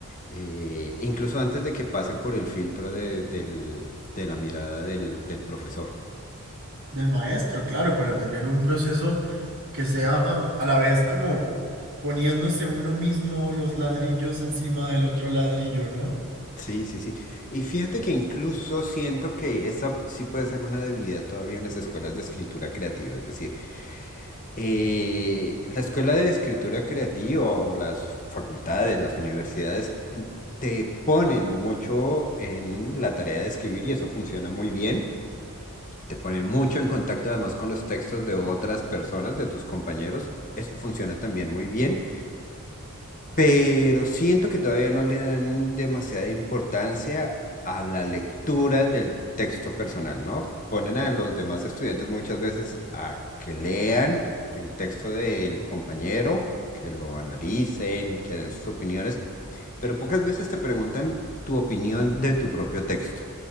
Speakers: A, on the left (about 35°); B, on the right (about 65°).
A: eh, incluso antes de que pasen por el filtro de, del- de la mirada del, del profesor.
B: Del maestro, claro, para tener un proceso que sea a la vez como poniéndose uno mismo los ladrillos encima del otro ladrillo, ¿no?
A: Sí, sí, sí. Y fíjate que incluso siento que esa sí puede ser una debilidad todavía en las escuelas de escritura creativa. Es decir, eh, la escuela de escritura creativa o las facultades, las universidades, <clears throat> te ponen mucho en la tarea de escribir y eso funciona muy bien. Te ponen mucho en contacto además con los textos de otras personas, de tus compañeros. Eso funciona también muy bien pero siento que todavía no le dan demasiada importancia a la lectura del texto personal, ¿no? Ponen a los demás estudiantes muchas veces a que lean el texto del compañero, que lo analicen, que den sus opiniones, pero pocas veces te preguntan tu opinión de tu propio texto,